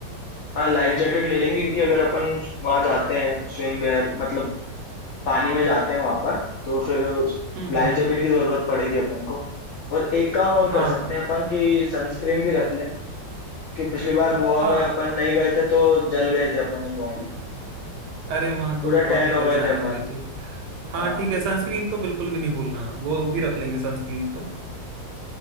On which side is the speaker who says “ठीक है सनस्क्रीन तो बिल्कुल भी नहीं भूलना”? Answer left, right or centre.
Right